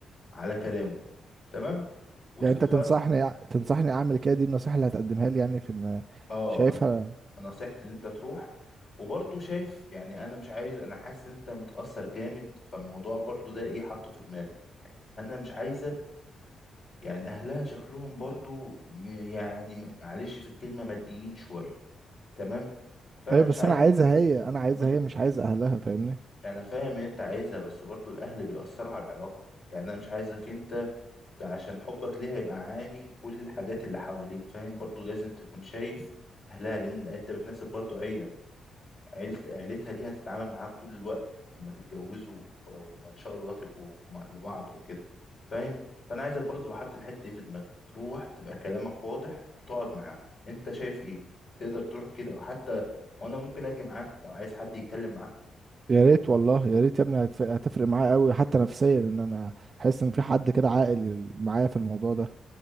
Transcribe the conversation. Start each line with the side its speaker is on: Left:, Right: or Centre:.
Left: على كلامه تمام وتبقوا
Right: يعني انت
Left: خلاص
Right: تنصحني تنصحني اعمل كده دي النصيحه اللي هتقدمها لي يعني في إن-
Left: اه
Right: شايفها
Left: نصيحتي اللي انت تروح وبرضه شايف يعني انا مش عايز انا حاسس ان انت متأثر جامد فالموضوع برضه ده ايه حاطه في دماغي انا مش عايزك يعني اهلها شكلهم برضه م- يعني م- معلش في الكلمة ماديين شوية تمام فانا
Right: ايوه
Left: مش
Right: بس
Left: عايز
Right: انا عايزها هي انا عايزها
Left: ما انا
Right: هي مش عايز اهلها فاهمني
Left: أنا فاهم ان انت عايزها بس برضه الاهل بيأثروا على العلاقة يعني انا مش عايزك انت ده عشان حبك ليها يبقى عامي كل الحاجات اللي حواليك فاهم برضه لازم تكون شايف اهلها لان انت بتناسب برضه عيلة عيلت عيلتها دي هتتعامل معاك طول الوقت لما تتجوزوا ولو ما ان شاء الله تبقوا في مع- لبعض وكده فاهم فانا عايزك برضه تبقى حاطط الحته دي في دماغك تروح تبقى كلامك واضح وتقعد معاهم انت شايف ايه تقدر تروح كده وحتى وانا ممكن اجي معاك لو عايز حد يتكلم معاك
Right: يا ريت والله يا ريت يا ابني هتف- هتفرق معايا قوي حتى نفسيا ان انا احس ان في حد كده عاقل معايا في الموضوع ده